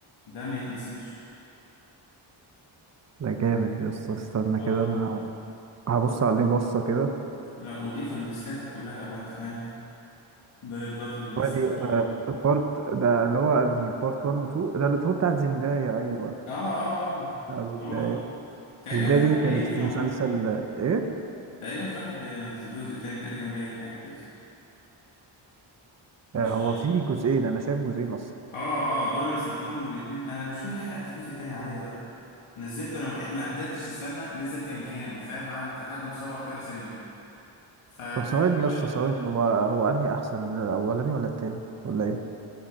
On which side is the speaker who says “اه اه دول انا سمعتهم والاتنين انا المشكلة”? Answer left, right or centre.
Left